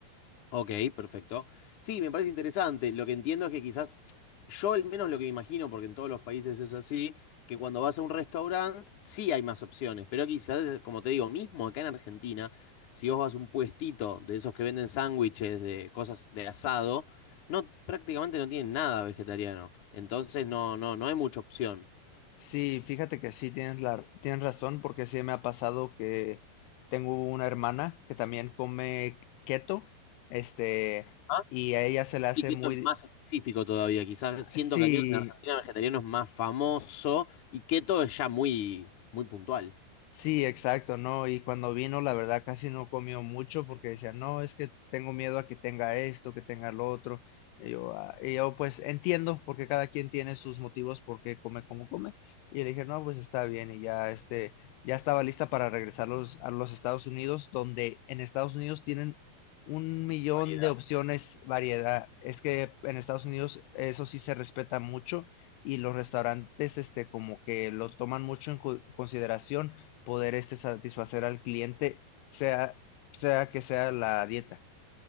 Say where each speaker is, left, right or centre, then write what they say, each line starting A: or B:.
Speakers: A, on the left (about 55°); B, on the left (about 85°).
A: Ok, perfecto. Sí, me parece interesante. Lo que entiendo es que quizás, yo al menos lo que me imagino, porque en todos los países es así, que cuando vas a un restaurante sí hay más opciones, pero quizás, como te digo, mismo acá en Argentina, si vos vas a un puestito de esos que venden sándwiches de cosas de asado, no, prácticamente no tienen nada vegetariano. Entonces no, no, no hay mucha opción.
B: Sí, fíjate que sí tienes la, tienes razón porque sí me ha pasado que tengo una hermana que también come keto, este,
A: Ah,
B: y a ella se le hace
A: Y que
B: muy,
A: esto es más específico todavía, quizás siento
B: sí,
A: que al menos en Argentina el vegetariano es más famoso y keto es ya muy, muy puntual.
B: Sí, exacto, ¿no? Y cuando vino, la verdad, casi no comió mucho porque decía, no, es que tengo miedo a que tenga esto, que tenga lo otro. Y yo, "Ah", y yo, pues entiendo, porque cada quien tiene sus motivos por qué come como come. Y le dije, no, pues está bien. Y ya, este, ya estaba lista para regresar los- a los Estados Unidos, donde en Estados Unidos tienen un millón
A: variedad.
B: de opciones, variedad. Es que en Estados Unidos eso sí se respeta mucho y los restaurantes, este, como que lo toman mucho en cu- consideración poder este satisfacer al cliente, sea, sea que sea la dieta.